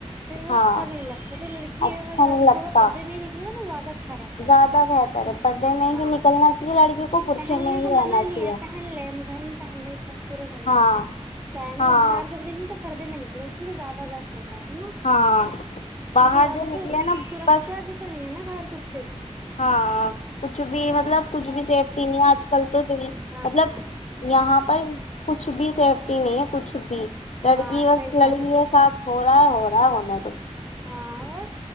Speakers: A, on the right; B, on the left.
A: پھر وہ
B: ہاں
A: اچھا بھی نہیں لگتا تو لڑکی
B: اچھا
A: اگر زیادہ
B: نہیں
A: سے
B: لگتا
A: زیادہ پردے میں ہی نکلےا زیادہ اچھا رہتا
B: زیادہ
A: ہے <unintelligible>
B: بہتر ہے پردے میں
A: ہاں
B: ہی نکلنا چاہے لڑکی کو برقعے
A: پہننے
B: میں ہی
A: کو منع
B: رہنا
A: نہیں
B: چاہیے
A: ہے پہن لے گھر میں پہن لیں شوق پورے کر
B: ہاں
A: لے اپنے کیا ہے
B: ہاں
A: مگر باہر جک رہی ت تو پرد میں نکلے اتنی زیادہ بس نا
B: ہاں باہر
A: کیونکہ زیادہ
B: جو
A: تر
B: نکلے نا
A: سرکشا
B: بس
A: بھی تو نہیں ہے نا باہر کچھ پھر
B: ہاں کچھ بھی مطلب کچھ بھی سیفٹی آج کل تو د
A: ہاں
B: مطلب
A: ہاں
B: یہاں پر کچھ بھی سیفٹی نہیں ہے کچھ بھی لڑکی
A: ہاں
B: بس
A: صحیح کہہ
B: لڑکی
A: رہی ہو
B: کے ساتھ ہو رہا ہے ہو رہا ہے ہونا تو
A: ہاں اور